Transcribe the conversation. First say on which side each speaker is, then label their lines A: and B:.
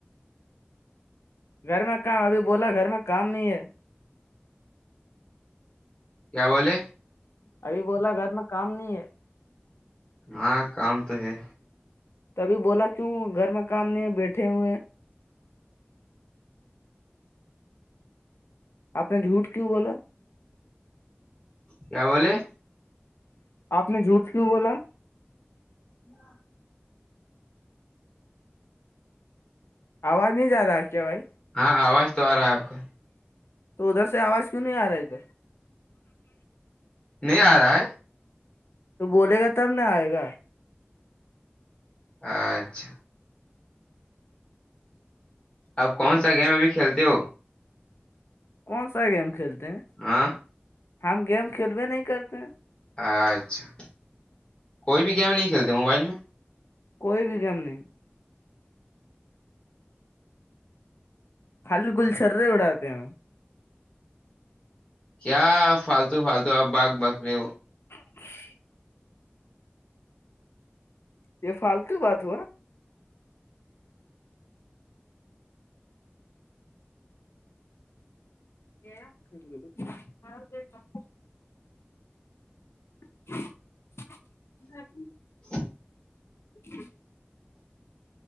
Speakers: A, on the left; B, on the left.
A: گھر میں کام ابھی بولا گھر میں کام نہیں ہے
B: کیا بولے <inaudible>
A: ابھی بولا گھر میں کام نہیں ہے
B: ہاں کام تو ہے
A: تبھی بولا کیوں گھر میں کام نہیں بیٹھے ہوئے آپ نے جھوٹ کیوں بولا
B: کیا بولے
A: آپ نے جھوٹ کیوں بولا
B: ہ <inaudible>
A: آواز نہیں جا رہا ہے کیا بھائی
B: ہاں آواز تو آ رہا ہے آپ کا
A: تو ادھر سے آواز کیوں نہیں آ رہے ادھر
B: نہیں آ رہا ہے
A: تو بولے گا تب نہ آئے گا
B: اچھا آپ کون سا گیم ابھی کھیلتے ہو
A: کون سا گیم کھیلتے ہیں
B: ہاں
A: ہم گیم کھیل بھیے نہیں کرتے ہیں
B: اچھا کوئی بھی گیم نہیں کھیلتے موبائل میں
A: کوئی بھی گیم نہیں ہل گل چرے اڑاتے ہیں
B: کیا فالتو فالتو آپ بگ بکریے ہو
A: <inaudible> یہ فالتو بات ہوا <inaudible> ہ <inaudible>
B: <inaudible>
A: ج <inaudible>